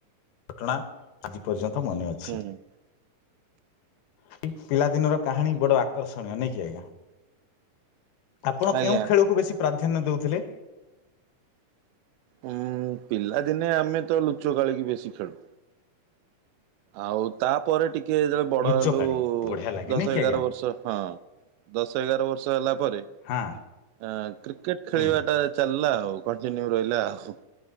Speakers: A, on the left; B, on the right.
A: ଘଟଣା ଆଜି ପର୍ଯ୍ୟ ତ ମନେ ଅଛି।
B: ହୁଁ
A: ଠି ପିଲାଦିନର କାହାଣୀ ବଡ଼ ଆକର୍ଷଣୀୟ ନାଇକି ଆଜ୍ଞା। ଆପଣ
B: ଆଜ୍ଞା
A: କେଉଁ ଖେଳକୁ ବେଶୀ ପ୍ରାଧାନ୍ୟ ଦଉ ଥିଲେ।
B: ଉଁମ-ମ-ମ ପିଲାଦିନେ ଆମେ ତ ଲୁଚକାଳି କି ବେଶୀ ଖେଳୁ। ଆଉ-ଉ-ଉ ତାପରେ ଟି କିଏ-ଏ-ଏ ଯେତେବେଳେ ବଡ
A: ଲୁଚକାଳି
B: ହେଲୁ-ଲୁ-ଲୁ
A: ବଢିଆ ଲାଗେ
B: ଦଶ
A: ନାଇଁ କି
B: ଏଗାର
A: ଆଜ୍ଞା
B: ବର୍ଷ ହଁ ଦଶ ଏଗାର ବର୍ଷ ହେଲା ପରେ
A: ହଁ
B: ଆଁ କ୍ରିକେଟ ଖେଳିବା
A: ହୁଁ
B: ଟା ଚାଲିଲା ହଉ କଣ୍ଟିନ୍ୟୁ ରହିଲା ଆଉ।